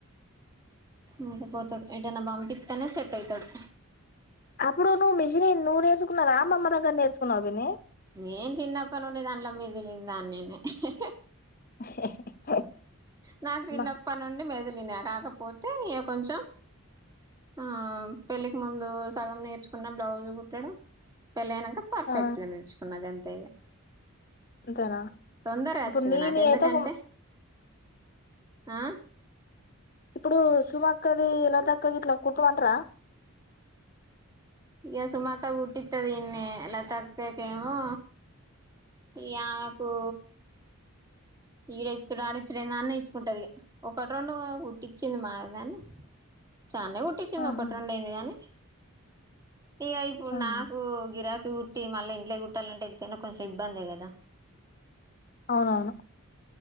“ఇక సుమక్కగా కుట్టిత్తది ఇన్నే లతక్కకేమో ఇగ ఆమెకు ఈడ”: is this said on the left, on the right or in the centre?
Right